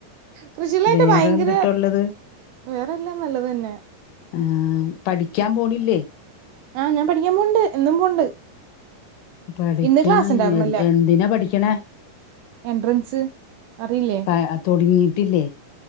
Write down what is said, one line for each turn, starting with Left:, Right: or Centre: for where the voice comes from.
Right: കൃഷിയിലായിട്ട്
Left: വേറെ
Right: ഭയങ്കര
Left: എന്തുട്ടുള്ളത്
Right: വേറെല്ലാം നല്ലത് തന്നെ
Left: ആ പഠിക്കാൻ പോണില്ലേ
Right: ആഹ് ഞാൻ പഠിക്കാൻ പോന്നുണ്ട് എന്നും പോണ്ട്
Left: പഠിക്കാ
Right: ഇന്ന് ക്ലാസ് ഉണ്ടായിരുന്നില്ല
Left: എന്തിനാ പഠിക്കണേ
Right: എൻട്രൻസ് അറിയില്ലേ
Left: പ തൊടങ്ങിട്ടില്ലേ